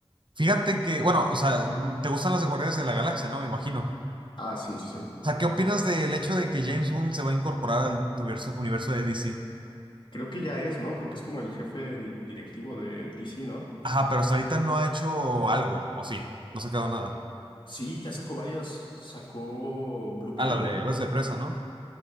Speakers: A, on the right; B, on the left.
A: fíjate que, bueno, o sea, te gustan los de Guardianes de la Galaxia, ¿no? Me imagino.
B: Ah, sí, sí. sí.
A: O sea, ¿qué opinas del hecho de que James Gunn se va a incorporar al tuverso- universo de DC?
B: Creo que ya es, ¿no? Creo que es como el jefe di- directivo de DC, ¿no?
A: Ajá, pero hasta ahorita no ha hecho algo, ¿o sí? No se ha quedado nada.
B: Sí, ya sacó varias. Sacó Blue Beetle.
A: Ah, la de Aves de Presa, ¿no?